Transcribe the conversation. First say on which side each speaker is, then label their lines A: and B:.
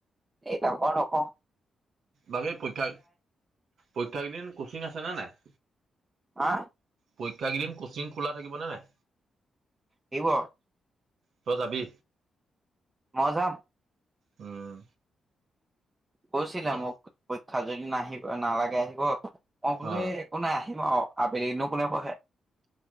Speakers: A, on the right; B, on the right.
A: এই নকৌ নকৌ।
B: বাকী পৰীক্ষা পৰীক্ষাকেইদিন কচিং আছে নে নাই?
A: হা।
B: পৰীক্ষাকেইদিন কচিং খোলা থাকিব নে নাই?
A: থাকিব।
B: তই যাবি।
A: মই যাম।
B: উম।
A: কৈছিলে
B: এ
A: মোক পৰীক্ষা যদি নাহিব নালাগে আহিব। মই বোলে
B: অ
A: এই একো নাই আহিম আৰু আবেলিনো কোনে পঢ়হে।